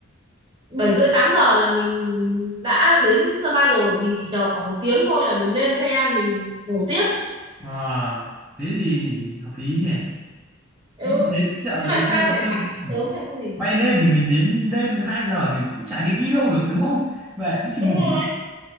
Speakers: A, on the right (about 25°); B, in the centre.
A: 7 rưỡi 8 giờ là mình đã đến sân bay rồi mình chỉ chờ khoảng một tiếng thôi là mình lên xe mình ngủ tiếp
B: à, thế thì hợp lý nhỉ
A: ừ
B: nhưng thế sợ
A: chứ làm
B: có
A: sao
B: chơi
A: phải
B: chơi
A: bay
B: ừ.
A: sớm làm cái gì
B: bay đêm thì mình đến đêm 2 giờ thì mình cũng chả định đi đâu được đúng không về cũng chỉ
A: đúng
B: ngủ
A: rồi